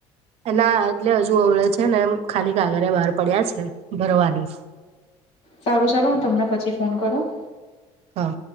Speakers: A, on the right (about 60°); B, on the left (about 80°).
A: એના એટલે હજુ અવડે છે ને એ ખાલી કાગારે બહાર પડ્યા છે ભરવાની-'
B: સારું ચાલ હ તમને પછી ફોન કરું-'
A: હા.